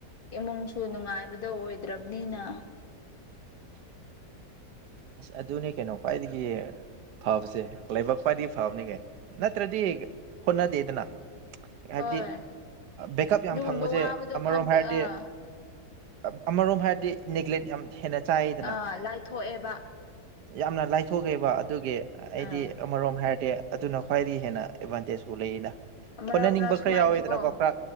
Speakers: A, on the left; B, on the right.
A: ꯏꯃꯨꯡꯁꯨ ꯅꯨꯡꯉꯥꯏꯕꯗꯣ ꯑꯣꯏꯗ꯭ꯔꯕꯅꯤꯅ
B: ꯑꯁ ꯑꯗꯨꯅꯤ ꯀꯩꯅꯣ ꯈ꯭ꯋꯥꯏꯗꯒꯤ ꯐꯕꯁꯦ ꯂꯥꯏꯕꯛ ꯈꯋꯥꯏꯗꯤ ꯐꯕꯅꯤ ꯀꯩꯅꯣ ꯅꯠꯇ꯭ꯔꯗꯤ ꯍꯣꯠꯅꯗꯦꯗꯅ ꯍꯥꯏꯕꯗꯤ
A: ꯍꯣꯏ
B: ꯕꯦꯛꯀꯞ
A: ꯑꯗꯨꯒꯨꯝꯕ
B: ꯌꯥꯝ ꯐꯪꯕꯁꯦ
A: ꯋꯥꯕꯗꯣ
B: ꯑꯃꯔꯣꯝ
A: ꯈꯪꯗ
B: ꯍꯥꯏꯔꯗꯤ
A: ꯑꯥ
B: ꯑ ꯑꯃꯔꯣꯝ ꯍꯥꯏꯔꯗꯤ ꯅꯦꯒ꯭ꯂꯦꯠ ꯌꯥꯝ ꯍꯦꯟꯅ ꯆꯥꯏꯗꯅ
A: ꯑꯥ ꯂꯥꯏꯊꯣꯛꯑꯦꯕ
B: ꯌꯥꯝꯅ ꯂꯥꯏꯊꯣꯛꯑꯦꯕ ꯑꯗꯨꯒꯤ ꯑꯩꯗꯤ
A: ꯑꯥ
B: ꯑꯃꯔꯣꯝ ꯍꯥꯏꯔꯗꯤ ꯑꯗꯨꯅ ꯈ꯭ꯋꯥꯏꯗꯒꯤ ꯍꯦꯟꯅ ꯑꯦꯗꯚꯥꯟꯇꯦꯖꯄꯨ ꯂꯩꯔꯤꯗ
A: ꯃꯔꯛ
B: ꯍꯣꯠꯅꯅꯤꯡꯕ
A: ꯃꯔꯛ ꯁꯨꯃꯥꯏꯅꯀꯣ
B: ꯈꯔ ꯌꯥꯎꯋꯤꯗꯅꯀꯣ ꯈꯔ